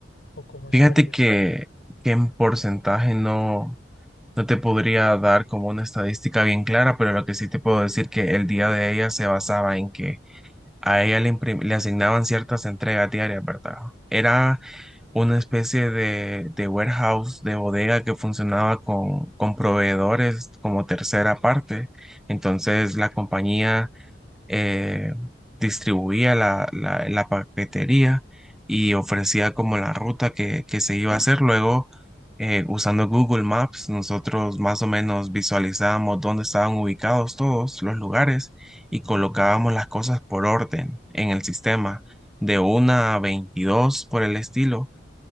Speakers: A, on the left; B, in the centre.
A: o cómo estaría.
B: Fíjate que, que en porcentaje no, no te podría dar como una estadística bien clara, pero lo que sí te puedo decir que el día de ella se basaba en que a ella le, imprim- le asignaban ciertas entregas diarias, ¿verdad? Era una especie de, de warehouse, de bodega que funcionaba con, con proveedores como tercera parte. Entonces la compañía eh, distribuía la, la- la paquetería y ofrecía como la ruta que, que se iba a hacer. Luego, eh, usando Google Maps, nosotros más o menos visualizábamos dónde estaban ubicados todos los lugares y colocábamos las cosas por orden en el sistema, de una a 22 por el estilo